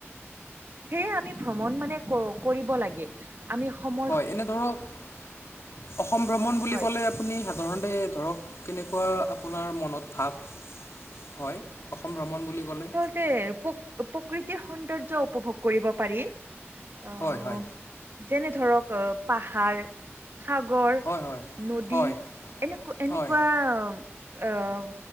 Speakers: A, on the right; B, on the left.
A: সেয়ে আমি ভ্ৰমণ মানে ক কৰিব লাগে। আমি সম
B: হয়, এনে ধৰক অসম ভ্ৰমণ বুলি
A: হয়
B: ক'লে আপুনি সাধাৰণতে ধৰক কেনেকুৱা আপোনাৰ মনত ভাৱ হয়, অসম ভ্ৰমণ বুলি ক'লে
A: প্ৰ প্ৰকৃতিৰ সৌন্দৰ্য উপভোগ কৰিব পাৰি। আহ
B: হয়, হয়।
A: যেনে ধৰক পাহাৰ সাগৰ
B: হয় হয়
A: নদী
B: হয়
A: এনেকা এনেকুৱা
B: হয়
A: আহ